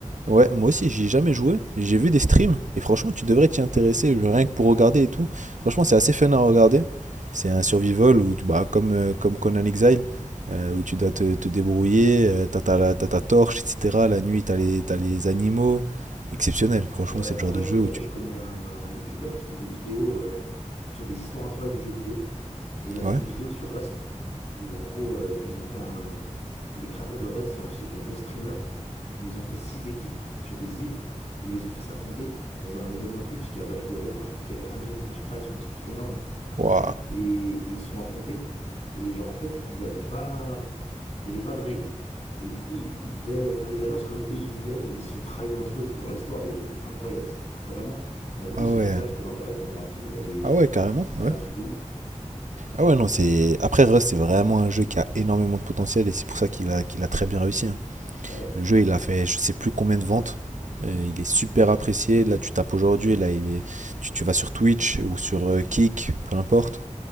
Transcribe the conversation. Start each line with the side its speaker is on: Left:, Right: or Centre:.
Right: Ouais, moi aussi,
Left: Mm.
Right: j'y ai jamais joué. J'ai vu des streams et franchement, tu devrais t'y intéresser rien que pour regarder et tout. Franchement, c'est assez fun à regarder. C'est un survival où, tu- bah, comme, euh, comme Conan Exile, euh, où tu dois te, te débrouiller, euh, t'as ta, la- t'as ta torche, etc. La nuit, t'as les, t'as les animaux. Exceptionnel, franchement,
Left: Ouais,
Right: c'est le
Left: après,
Right: genre de
Left: je
Right: jeu
Left: connais,
Right: où tu.
Left: je connais un, un YouTuber qui fait des vidéos euh, sur des histoires incroyables du jeu vidéo, et il a fait
Right: Ouais.
Left: une vidéo sur Rust, où en gros, euh, ils ont fait un. Les créateurs de Rust sont associés avec un gros streamer, où ils ont fait 6 équipes sur des îles, et ils les ont fait s'affronter dans un événement Twitch qui a battu des records, je crois qu'il y avait un million de cash prize ou un truc énorme.
Right: Waouh.
Left: et, et ils se sont affrontés. Et genre, en fait, ils avaient pas. Il n'y avait pas de règles. Et du coup, ils, ils devaient faire des alliances comme eux ils voulaient. Et ils se sont trahis entre eux et tout. Genre, l'histoire, elle était incroyable. C'était vraiment. La vidéo,
Right: Ah
Left: si
Right: ouais.
Left: ça t'intéresse, je te l'enverrai quand on aura fini. Elle est.
Right: Ah ouais, carrément,
Left: C'était
Right: ouais.
Left: un truc de ouf.
Right: Ah ouais, non, c'est. Après, Rust, c'est vraiment un jeu qui a énormément de potentiel et c'est pour ça qu'il a, qu'il a très bien réussi. hein.
Left: Ouais.
Right: Le jeu, il a fait je sais plus combien de ventes. Euh, il est super apprécié. Là, tu tapes aujourd'hui, là, il est... tu, tu vas sur Twitch ou sur euh, Kick, peu importe.